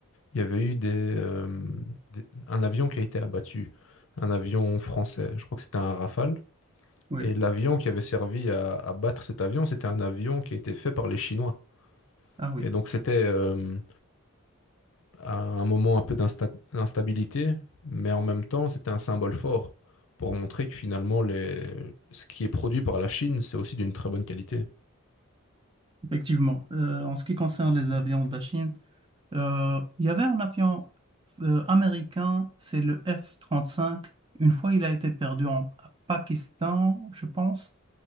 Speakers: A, on the left; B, on the right.
A: Il y avait eu des, euh, des- un avion qui a été abattu, un avion français, je crois que c'était un Rafale.
B: Oui,
A: Et l'avion qui avait servi à abattre cet avion, c'était un avion qui a été fait par les Chinois.
B: ah oui,
A: Et donc c'était euh, à un moment un peu d'insta- d'instabilité, mais en même temps c'était un symbole fort pour montrer que finalement les... ce qui est produit par la Chine, c'est aussi d'une très bonne qualité.
B: effectivement. Euh, en ce qui concerne les avions de la Chine, Euh, il y avait un avion euh, américain, c'est le F-35. Une fois, il a été perdu en à Pakistan, je pense.